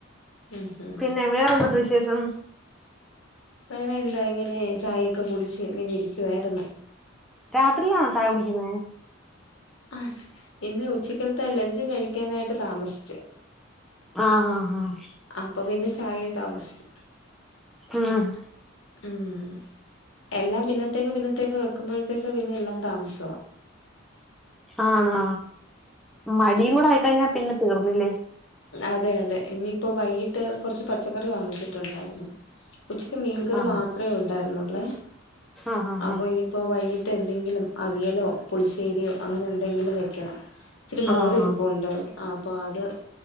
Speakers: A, on the left; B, in the centre.
A: ഉം ഉം
B: പിന്നെ വേറെന്തുണ്ട് വിശെ ശേഷം
A: വേറെ എന്താ ഇങ്ങനെ ചായയെക്കെ കുട്ച്ച് ഇങ്ങനെ ഇരിക്കുവായ്ര്ന്ന്
B: രാത്രിൽലാണോ ചായ കുടിക്ക്ന്നെ
A: ആഹ് ഇന്ന് ഉച്ചക്കൽത്തെ ലഞ്ച് കഴിക്കാനായിട്ട് താമസ്ച്ച്
B: ആഹ് ആഹ് ഹാ
A: അപ്പൊ പിന്നെ ചായെയും താമസ്ച്ച്
B: ഉം
A: ഊം എല്ലാം പിന്നത്തേക്ക് പിന്നത്തേക്ക് വെക്ക്മ്പഴ്ത്തേക്ക് പിന്നെ എല്ലാം താമസവാ
B: ആണോ മടിയും കൂടെ ആയ്ക്കഴ്ഞ്ഞാ പിന്നെ തീർന്ന്ല്ലേ
A: അതെ അതെ ഇനിയിപ്പാെ വൈകിട്ട് കൊർച്ച് പച്ചക്കറി വാങ്ങിച്ചിട്ടൊണ്ടാര്ന്നു ഉച്ചക്ക് മീൻകറി
B: ആഹ്
A: മാത്രേ ഒണ്ടായ്ര്ന്നാെള്ളേ
B: ആഹ് ആഹ്
A: അപ്പാെ ഇനീപ്പോ വയ്കി ട്ടെന്തെങ്കിലും അവിയലോ പുളിശ്ശേരിയോ അങ്ങനെ എന്തെങ്കിലും വെയ്ക്കണം ഇച്ച്രി മോര്
B: ആഹ് ആഹ്
A: ഇരിപ്പുണ്ട് ആപ്പൊ അത്